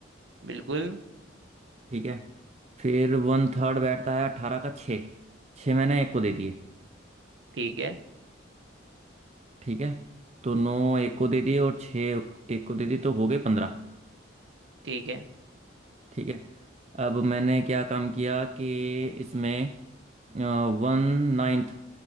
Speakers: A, on the right; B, on the right.
A: बिल्कुल
B: ठीक है फिर वन थर्ड बैठता है अट्ठारह का छः छः मैंने एक को दे दिए
A: ठीक है
B: ठीक है तो नौ एक को दे दिए और छः एक को दे दिए तो हो गए पंद्रह
A: ठीक है
B: ठीक है अब मैंने क्या काम किया कि इसमें वन नाइन्थ